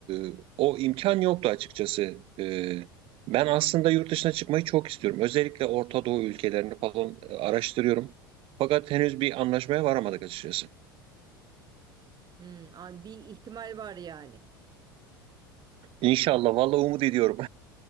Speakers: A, on the right; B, on the right.
A: e, o imkan yoktu açıkçası. E, ben aslında yurt dışına çıkmayı çok istiyorum. Özellikle Orta Doğu ülkelerini falan e, araştırıyorum. Fakat henüz bir anlaşmaya varamadık açıkçası.
B: Hmm, an- bir ihtimal var yani.
A: İnşallah, vallahi umut ediyorum.